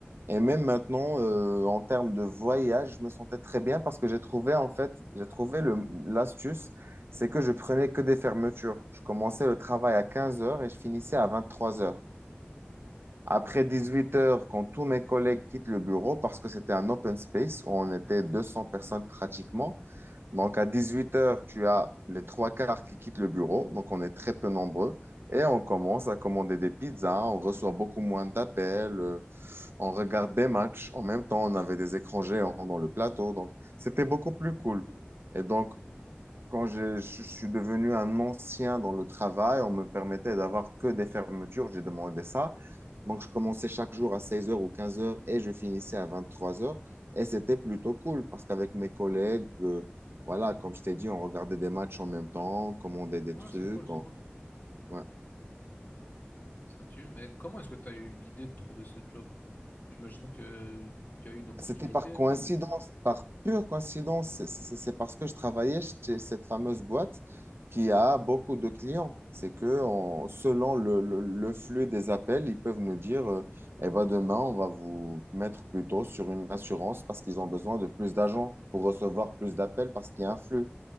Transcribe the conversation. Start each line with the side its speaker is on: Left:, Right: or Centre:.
Right: Et même maintenant, euh, en termes de voyage, je me sentais très bien parce que j'ai trouvé, en fait, j'ai trouvé le, l'astuce, c'est que je prenais que des fermetures. Je commençais le travail à 15 heures et je finissais à 23 heures. Après 18 heures, quand tous mes collègues quittent le bureau, parce que c'était un open space où on était 200 personnes pratiquement, donc à 18 heures, tu as les trois quarts qui quittent le bureau, donc on est très peu nombreux, et on commence à commander des pizzas, on reçoit beaucoup moins d'appels, euh, on regarde des matchs, en même temps on avait des écrans géants dans le plateau, donc c'était beaucoup plus cool. Et donc quand je, je suis devenu un ancien dans le travail, on me permettait d'avoir que des fermetures, j'ai demandé ça. Donc, je commençais chaque jour à seize heures ou quinze heures et je finissais à vingt-trois heures. Et c'était plutôt cool parce qu'avec mes collègues, euh, voilà, comme je t'ai dit, on regardait des matchs en même temps, on commandait des
Left: Ah,
Right: trucs.
Left: c'est cool, c'est
Right: on-
Left: cool.
Right: ouais.
Left: Ça tue. Mais comment est-ce que tu as eu l'idée de trouver ce job? J'imagine que tu as eu une opportunité,
Right: C'était par coïncidence,
Left: peut-être. ou-
Right: par pure coïncidence. C'est c'est- c'est parce que je travaillais chez cette fameuse boîte qui a beaucoup de clients. C'est que en- selon le, le- le flux des appels, ils peuvent nous dire, euh, eh ben demain, on va vous mettre plutôt sur une assurance parce qu'ils ont besoin de plus d'agents pour recevoir plus d'appels parce qu'il y a un flux.